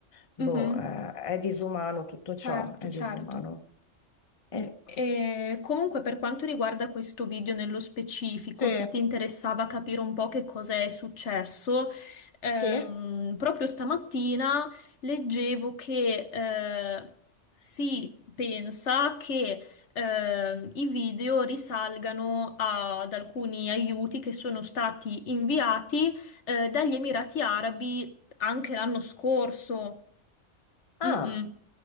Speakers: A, on the left (about 30°); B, on the left (about 70°).
A: Boh,
B: Mhm.
A: eh, è disumano tutto
B: Certo,
A: ciò, è
B: certo.
A: disumano. Eh,
B: E comunque per quanto riguarda questo video nello specifico,
A: Sì,
B: se ti interessava capire un po' che cosa è successo, ehm,
A: sì.
B: proprio stamattina leggevo che eh, si pensa che eh, i video risalgano ad alcuni aiuti che sono stati inviati eh, dagli Emirati Arabi anche l'anno scorso.
A: ah,
B: Mm-mm.